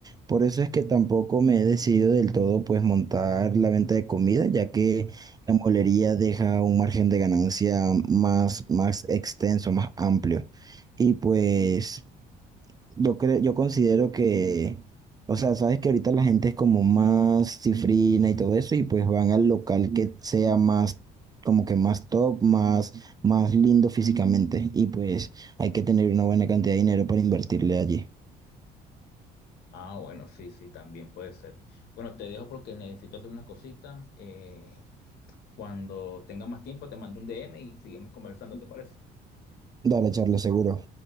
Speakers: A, on the right; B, on the left.
A: por eso es que tampoco me he decidido del todo pues montar la venta de comida, ya que la mueblería deja un margen de ganancia más, más extenso, más amplio. Y pues Yo creo, yo considero que, o sea, sabes que ahorita la gente es como más cifrina y todo eso, y pues van al local que sea más, como que más top, más, más lindo físicamente, y pues hay que tener una buena cantidad de dinero para invertirle allí.
B: Ah, bueno, sí, sí, también puede ser. Bueno, te dejo porque necesito hacer unas cositas. Eh, cuando tenga más tiempo, te mando un DM y seguimos conversando, ¿te parece?
A: Dale, Charles, seguro.